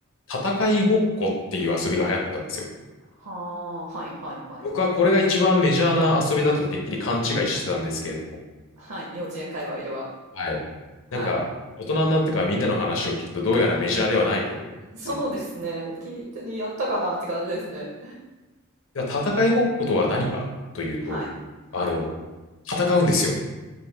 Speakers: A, on the left; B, on the right.
A: 戦いごっこっていう遊びが流行ってたんですよ。
B: はあ、はいはいはい。
A: 僕はこれが一番メジャーな遊びだとてっきり勘違いしてたんですけれども、
B: はい、幼稚園界隈では。
A: はい。
B: はい。
A: なんか、大人になってからみんなの話を聞くと、どうやらメジャーではないと気づいて。
B: <laughs> はい。<laughs> そうですね。聞いてね、やったかなって感じですね。
A: じゃあ戦いごっことは何かというと、
B: はい。はい。
A: あの、戦うんですよ。